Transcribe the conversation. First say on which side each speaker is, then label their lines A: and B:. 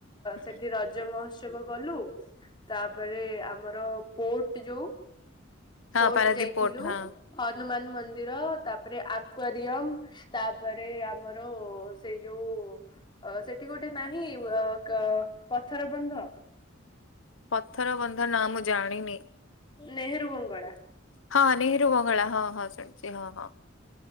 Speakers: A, on the left; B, on the left.
A: ହୁଁ,
B: ସେଠି ରଜ ମୋହୋଚ୍ଛବ। ଚବ ଗଲୁ ତାପରେ ଆମର ପୋଟ ଯୋଉ
A: ହଁ
B: କୋଟ
A: ପାରାଦୀପ
B: ଯାଇଥିଲୁ।
A: ପୋର୍ଟ ହଁ।
B: ହନୁମାନ ମନ୍ଦିର ତାପରେ ଆକ୍ୱାରିୟମ ତାପରେ ଆମର ର ସେଇ ଯୋଉ ଅ ସେଠି ଗୋଟେ ନାହିଁ ଅ କ ପଥର ବନ୍ଧ।
A: ପଥର ବନ୍ଧ ନା ମୁଁ ଜାଣିନି
B: ନେହେରୁ ବଙ୍ଗଳା।
A: ହଁ ନେହେରୁ ବଙ୍ଗଳା ହଁ ହଁ ଶୁଣିଛି ହଁ ହଁ।